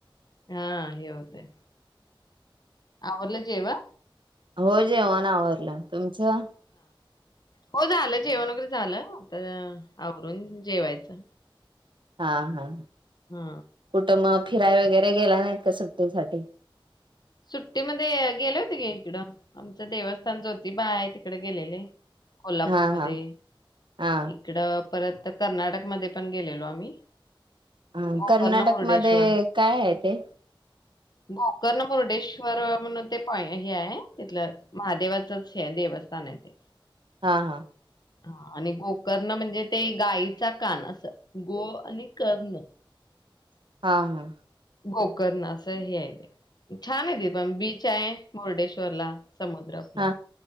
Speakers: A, on the left; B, on the right.
A: हा हे होतय. आवरल जेव्ह?
B: होय जेवण. आवरलं तुमचं?
A: होय झालं जेवण वगैरे झालं आता आवरून जेवायचं.
B: हा हा.
A: हा.
B: कुठं मग फिराय वगैरे गेला नाहीत का सुट्टतीसाठी?
A: सुट्टीमध्ये गेले होते गे इकडं आमचं देवस्थान ज्योतिबा आहे तिकड गेलेले. कोल्हापूरमध्ये
B: हा हा हा
A: इकडं परत कर्नाटकमध्ये पण गेलेलो आम्ही.
B: हा
A: गोकर्ण
B: कर्नाटक
A: मुर्डेश्वर
B: मध्ये काय आहे ते?
A: गोर्कण मुर्डेश्वर म्हणून ते प हे आहे तिथलं महादेवाचच हे देवस्थान आहे ते.
B: हा हा.
A: हा आणि गोर्कण म्हणजे ते गाईचा कान असं गो आणि कर्ण
B: हा हा.
A: गोकर्ण असं हे आहे ते छान आहे ति पबीच आहे मुर्डेश्वरला. समुद्र आपला
B: हा